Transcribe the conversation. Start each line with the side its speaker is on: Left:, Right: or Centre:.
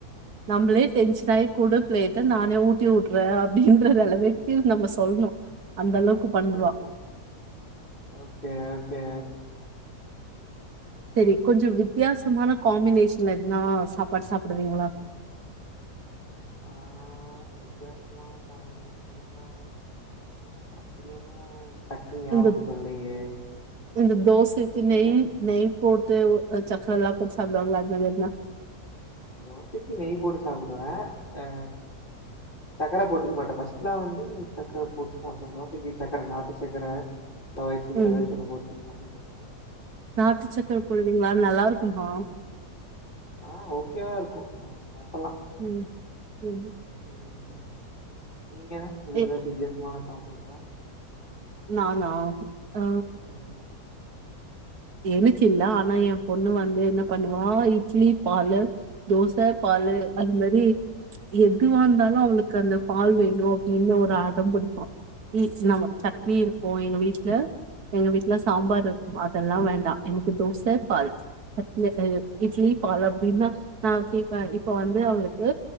Right: நம்மளே டென்ஷனாகி குடு பிளேட்ட நானே ஊட்டி உட்றே அப்டின்ற அளவுக்கு நம்ம சொல்லணு அந்த அளவுக்கு பண்ருவா
Left: ம் ஓகே ஓகே
Right: சேரி
Left: ம்
Right: கொஞ்சோ
Left: எப்டியு
Right: வித்தியாசமான காம்பினேஷன்ல இருந்தா சாப்பாடு சாப்டுவீங்ளா
Left: ஆ வித்தியாசமான காம்பினேஷன்னா அப்புடி ஒன்னு டக்குன்னு ஞாபத்துக்கு
Right: இந்த
Left: வரலையே
Right: இந்த தோசைக்கு
Left: நீங்க
Right: நெய் நெய் போட்டு சக்கரல்லா போட்டு சாப்டுவாங்கல அந்த மாரி தா
Left: தோசைக்கு நெய் போட்டு சாப்புடுவே அ சக்கர போட்டுக்க மாட்டே ஃபர்ஸ்ட்லாம் வந்து சர்க்கர போட்டு சாப்புடுவே தோசைக்கு சர்க்கர நாட்டு சக்கர காய் சுகர்
Right: ம்
Left: ஏதாச்சி ஒன்னு போட்டு சாப்டுட்டு இருந்த
Right: நாட்டு சக்கர போடுவீங்ளா நல்லா இருக்குமா
Left: ஆ ஓகேவா இருக்கு சாப்பட்லா
Right: ம் ம் ம்
Left: ம் நீங்க உங்களுக்கு
Right: ஏ
Left: ஏதாச்சி வித்தியாசமான காம்போ இருக்கா
Right: நானா அ
Left: ம்,
Right: எனுக்கு இல்ல ஆனா எயா பொண்ணு வந்து என்ன பண்ணுவா இட்லி பாலு தோச பாலு
Left: ம்,
Right: அந்த மாரி எதுவா இருந்தாலு அவுளுக்கு அந்த பாலு வேணும் அப்புடின்னு ஒரு அடம் புடிப்பா இ நம்ப
Left: ம்,
Right: சட்னி இருக்கு எங்க வீட்ல எங்க வீட்ல சாம்பார்
Left: ம்,
Right: இருக்கு அ அதெல்லா வேண்டா எனக்கு தோச பால் சட்
Left: ம், ம்,
Right: இட்லி பால் அப்டின்னா நா கேப் ப இப்ப வந்து அவங்களுக்கு